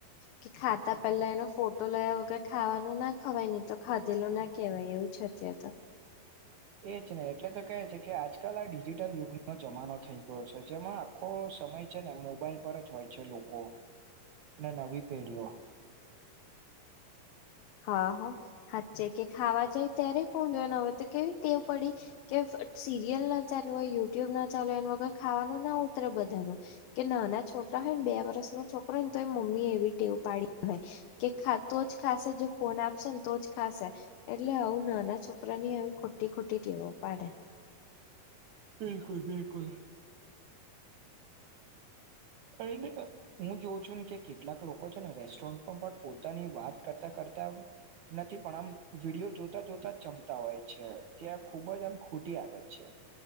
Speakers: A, on the left; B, on the right.
A: કે ખાતા પેલા એનો ફોટો લયા વગર ખાવાનું ના ખવાય નહી તો ખાધેલો ના કહેવાય એવું જ અત્યાર તો
B: એજ નને એટલે તો કેહે છે કે આજકાલ આ ડિજિટલ યુગનો જમાનો થઈ ગયો છે જેમાં આખો સમય છે ને મોબાઈલ પર જ હોય છે લોકો અને નવી પેઢીઓ
A: હા હ હાચે કે ખાવા જાય ત્યારે ફો જોવાનું હવે તો કેવી ટેવ પડી કે સીરિયલ ના ચાલુ હોય યુટ્યુબ ના ચાલુ હોય એ વગર ખાવાનું ના ઉતરે બધાનું કે નાના છોકરા હોય ને બે વર્ષ નો છોકરો હોય ને તો એ મમ્મી એવી ટેવ પાડી હોય કે ખાતું જ ખાશે જો ફોન આપશે ને તો જ ખાશે એટલે આવું નાના છોકરા ની આવી ખોટી ખોટી ટેવો પાડે
B: બિલકુલ બિલકુલ એ એ હું જોઉ છું કેકીટ કેટલાક લોકો છે ને રેસ્ટોરન્ટ પણ પોતાની વાત કરતા કરતા નથી પણ આમ વિડીયો જોતા જોતા જ જમતા હોય છે ત્યાં ખુબ જ આમ ખોટી આદત છે